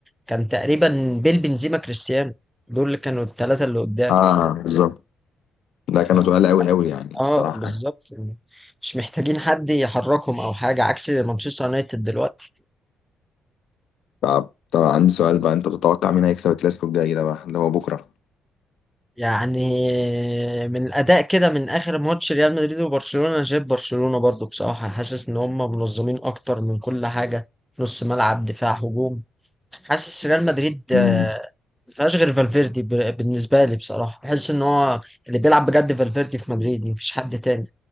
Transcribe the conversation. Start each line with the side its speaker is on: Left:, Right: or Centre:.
Centre: كان تقريبا بيل بنزيما كريستيانو دول اللي كانوا الثلاثة اللي قدام
Left: اه بالظبط ده كانوا
Centre: ف-
Left: تقال قوي قوي يعني الصراحه
Centre: اه بالظبط
Left: يعني.
Centre: يعني مش محتاجين حد يحركهم او حاجة عكس مانشستر يونايتد دلوقتي
Left: طب طب عندي سؤال بقى انت بتتوقع مين هيكسب الكلاسيكو الجاي ده بقى اللي هو بكره
Centre: يعني من الاداء كده من اخر ماتش ريال مدريد وبرشلونة أنا شايف برشلونة برضو بصراحة حاسس ان هم منظمين اكتر من كل حاجة نص ملعب دفاع هجوم حاسس ريال مدريد آه،
Left: امم
Centre: ما فيهاش غير فالفيردي ب- بالنسبه لي بصراحه بحس ان هو اللي بيلعب بجد فالفيردي في مدريد مفيش حد تاني